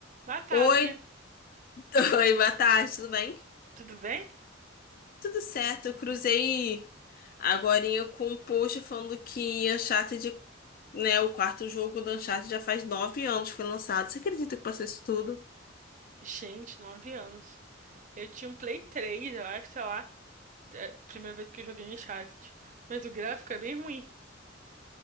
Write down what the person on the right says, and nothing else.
Boa tarde,
tudo bem?
Gente, nove anos. Eu tinha um Play 3, eu acho, sei lá. É a primeira vez que eu joguei Uncharted. Mas o gráfico é bem ruim.